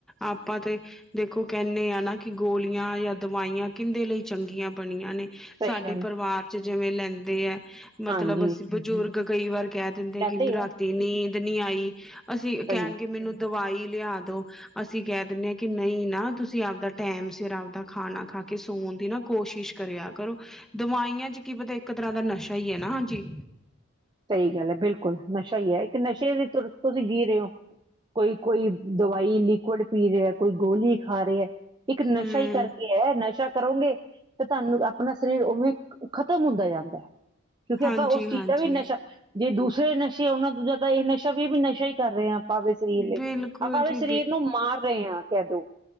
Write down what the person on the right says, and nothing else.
ਸਹੀ
ਗੱਲ ਹੈ।
ਹਾਂਜੀ
ਲੈਂਦੇ
ਹੈ
ਸਹੀ
ਹੈ
ਸਹੀ ਗੱਲ ਹੈ, ਬਿਲਕੁਲ ਨਸ਼ਾ ਹੀ ਐ ਇੱਕ ਨਸ਼ੇ ਦੀ ਤੁਰ ਤੁਸੀਂ ਜੀਅ ਰੇ ਔ। ਕੋਈ- ਕੋਈ ਦਵਾਈ ਲਿਕਵਡ ਪੀ ਰਿਹਾਂ, ਕੋਈ ਗੋਲੀ ਖਾ ਰਿਆ, ਇੱਕ ਨਸ਼ਾ
ਹੀ ਕਰਕੇ ਹੈ ਨਸ਼ਾ ਕਰੋਂਗੇ ਤੇ ਤੁਹਾਨੂੰ ਆਪਣਾ ਸਰੀਰ ਉਵੇਂ ਖਤਮ ਹੁੰਦਾ ਜਾਂਦਾ ਐ। ਕਿਉਂਕਿ
ਆਪਾਂ ਉਸ ਚੀਜ਼
ਦਾ ਵੀ ਨਸ਼ਾ ਜੇ ਦੂਸਰੇ ਨਸ਼ੇ ਉਹਨਾਂ ਤੋਂ ਜ਼ਿਆਦਾ ਇਹ ਨਸ਼ਾ ਵੀ- ਵੀ ਨਸ਼ਾ ਹੀ ਕਰ ਰੇ ਆ ਆਪਾਂ ਆਪਦੇ ਸਰੀਰ ਲਈ,
ਆਪਾਂ ਆਪਦੇ
ਸਰੀਰ ਨੂੰ ਮਾਰ ਰੇ ਆ ਕਹਿ ਦੋ।